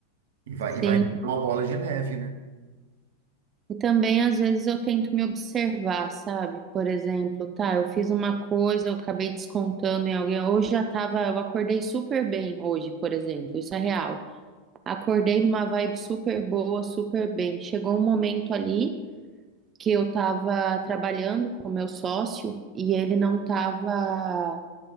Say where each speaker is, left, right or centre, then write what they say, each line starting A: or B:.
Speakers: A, on the right; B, on the right.
A: E vai,
B: Sim.
A: e vai virar uma bola de neve, né?
B: E também, às vezes, eu tento me observar, sabe? Por exemplo, tá, eu fiz uma coisa, eu acabei descontando em alguém. Hoje já tava, eu acordei super bem hoje, por exemplo, isso é real. Acordei numa vibe super boa, super bem. Chegou um momento ali que eu tava trabalhando com o meu sócio e ele não tava.